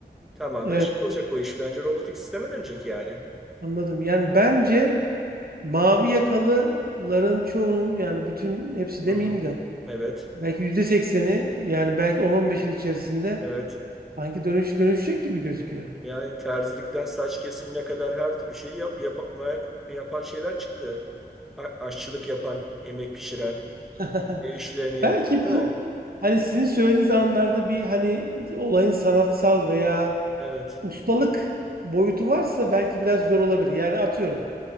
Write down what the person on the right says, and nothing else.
Evet,
anladım. Yani bence mavi yakalıların çoğunun yani bütün hepsi demeyeyim
de
belki yüzde sekseni yani belki 10-15 yıl içerisinde
sanki dönüş dönüşecek gibi gözüküyor.
<laughs>
Belki
bu
hani sizin söylediğiniz anlarda bir hani olayın sanatsal veya
ustalık boyutu varsa belki biraz zor olabilir. Yani atıyorum